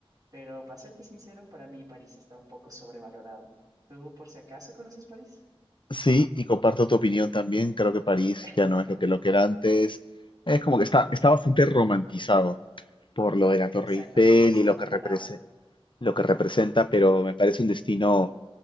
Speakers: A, on the right; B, on the left.
A: pero para serte sincero, para mí París está un poco sobrevalorado. ¿Tú por si acaso conoces París?
B: Sí, y comparto tu opinión también. Creo que París
A: <laughs>
B: ya no es lo que, lo que era antes. Es como que está, está bastante romantizado por lo de la
A: Exactamente,
B: Torre Eiffel
A: esa
B: y
A: es
B: lo
A: la
B: que represe-
A: palabra.
B: lo que representa, pero me parece un destino